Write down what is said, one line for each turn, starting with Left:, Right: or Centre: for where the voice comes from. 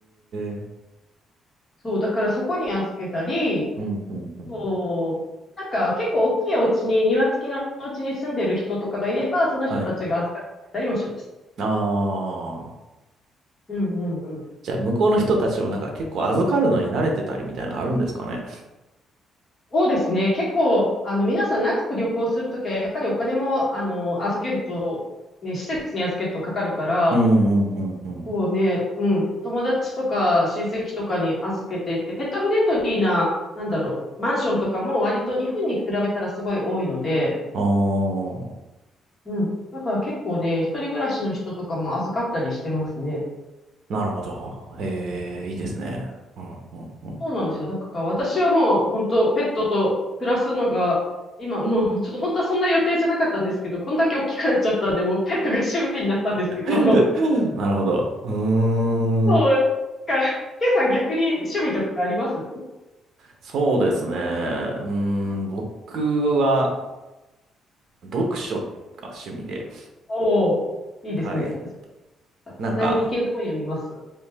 Right: え。
Left: そう、だからそこに預けたり、
Right: うんうんうん。
Left: そう。なんか結構大きいお家に、庭付きのお家に住んでる人とかがいれば、その人たちが預かってくれたりもします。
Right: はい。ああ。
Left: うんうんうん。
Right: じゃあ、向こうの人たちをなんか結構預かるのに慣れてたりみたいなのあるんですかね。
Left: そうですね。結構、あの、皆さん長く旅行するときは、やっぱりお金も、あの、預けると、ね、施設に預けるとかかるから、
Right: うんうんうんうん。
Left: こうね、うん、友達とか親戚とかに預けてって、ペットフレンドリーな、なんだろう、マンションとかも割と日本に比べたらすごい多いので、
Right: ああ、
Left: うん。だから結構ね、一人暮らしの人とかも預かったりしてますね。
Right: なるほど。ええ、いいですね。うんうんうん。
Left: そうなんですよ。だから私はもう本当ペットと暮らすのが、今もうちょっと本当はそんな予定じゃなかったんですけど、こんだけ大きくなっちゃったんで、もうペットが趣味になったんですけど、
Right: <laughs> なるほど。うー
Left: そう。
Right: ん。
Left: だから、ケイさん逆に趣味とかあります
Right: そうですね。うーん。僕は読書が趣味で。
Left: おおー、いいですね。
Right: はい。
Left: 私、
Right: なんか、
Left: 何系の本読みます